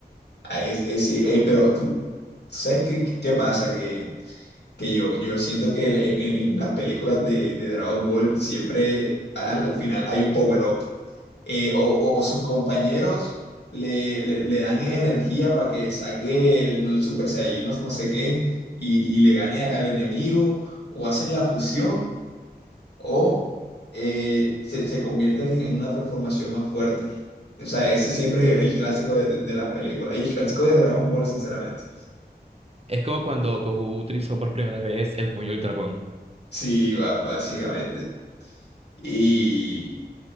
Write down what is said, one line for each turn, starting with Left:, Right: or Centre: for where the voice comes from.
Left: Ah, es, es- sí, eh, pero tú, tú ¿sabes qué, qué- qué pasa? Que, que yo, yo siento que el- en, en- en las películas de, de Dragon Ball siempre al, al final hay un power up. eh, o, o- o sus compañeros le, le- le dan energía para que saque el, el Super Saiyajin, no, no sé qué, y, y le gane al enemigo, o hacen la fusión, o eh, se, se convierten en, en una transformación más fuerte. O sea, ese siempre es el clásico de, de- de las películas, y el clásico de Dragon Ball, sinceramente.
Right: Es como cuando Goku utilizó por primera vez el puño del dragón.
Left: Sí, ba- básicamente. Y